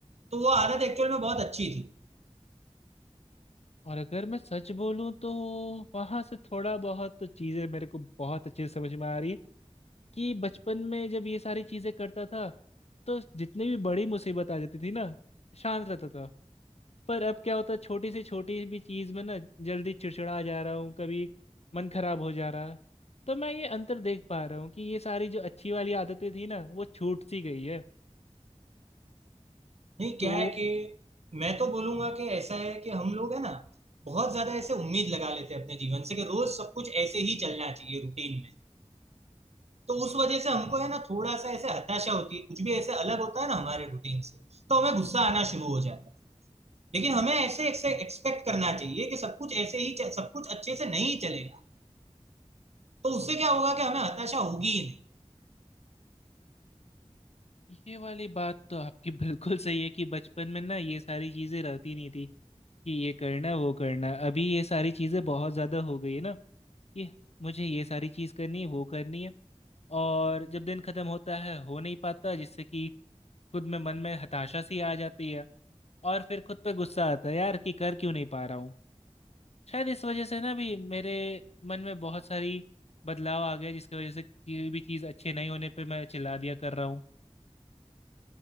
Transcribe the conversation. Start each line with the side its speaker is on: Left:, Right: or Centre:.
Right: तो वो आदत एक्चुअल में बहुत अच्छी थी
Left: और अगर मैं सच बोलूं तो वहां से थोड़ा बहुत चीजें मेरे को बहुत अच्छे से समझ में आ रही है कि बचपन में जब ये सारी चीजें करता था तो जितनी भी बड़ी मुसीबत आ जाती थी ना शांत रहता था पर अब क्या होता है छोटी से छोटी भी चीज में ना जल्दी चिड़चिड़ा जा रहा हूँ कभी मन खराब हो जा रहा है तो मैं ये अंतर देख पा रहा हूँ कि ये सारी जो अच्छी वाली आदतें थी ना वो छूट सी गई है
Right: नहीं क्या
Left: तो
Right: है कि मैं तो बोलूंगा कि ऐसा है कि हम लोग है ना बहुत ज्यादा ऐसे उम्मीद लगा लेते हैं अपने जीवन से कि रोज सब कुछ ऐसे ही चलना चाहिए रूटीन में तो उस वजह से हमको है ना थोड़ा सा ऐसे हताशा होती है कुछ भी ऐसे अलग होता है ना हमारे रूटीन से तो हमें गुस्सा आना शुरू हो जाता है लेकिन हमें ऐसे ऐसे एक्सपेक्ट करना चाहिए कि सब कुछ ऐसे ही चल- सब कुछ अच्छे से नहीं चलेगा तो उससे क्या होगा कि हमें हताशा होगी ही नहीं
Left: ये वाली बात तो आपकी बिल्कुल सही है कि बचपन में ना ये सारी चीजें रहती नहीं थी कि ये करना वो करना अभी ये सारी चीजें बहुत ज्यादा हो गई है ना कि मुझे ये सारी चीज करनी है वो करनी है और जब दिन खत्म होता है हो नहीं पाता जिससे कि खुद में मन में हताशा सी आ जाती है और फिर खुद पे गुस्सा आता है यार कि कर क्यों नहीं पा रहा हूँ शायद इस वजह से ना भी मेरे मन में बहुत सारी बदलाव आ गया जिसकी वजह से कोई भी चीज अच्छे नहीं होने पे मैं चिल्ला दिया कर रहा हूँ